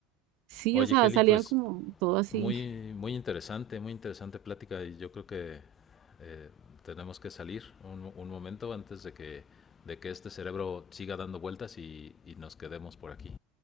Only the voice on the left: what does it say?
Oye,
Kelly,
pues
muy, muy interesante, muy interesante plática y yo creo que eh, tenemos que salir un, un momento antes de que, de que este cerebro siga dando vueltas y, y nos quedemos por aquí.